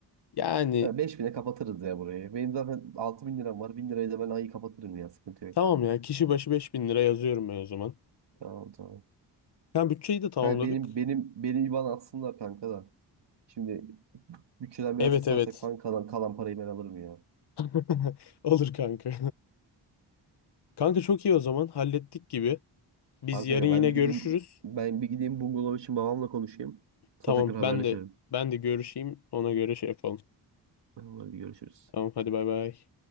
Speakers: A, on the left; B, on the right.
A: Yani
B: Ha, 5000'e kapatırız ya burayı. Benim zaten 6000 liram var. bin lirayı da ben ayı kapatırım ya sıkıntı yok.
A: tamam ya kişi başı beş bin lira yazıyorum ben o zaman.
B: Tamam tamam.
A: Kanka bütçeyi de tamamladık.
B: Kanka benim benim benim IBAN atsınlar kanka da. Şimdi bütçeden biraz
A: Evet
B: kısarsak
A: evet.
B: falan kalan, kalan parayı ben alırım ya.
A: <laughs> Olur kanka. Kanka çok iyi o zaman hallettik gibi. Biz
B: Tamam
A: yarın
B: Kanka
A: yine
B: ben bir
A: görüşürüz.
B: gideyim ben bir gideyim bungalov için babamla konuşayım. Sonra
A: Tamam
B: tekrar haberleşelim.
A: ben de ben de görüşeyim ona göre şey yapalım.
B: Tamam, hadi görüşürüz.
A: Tamam hadi bay bay.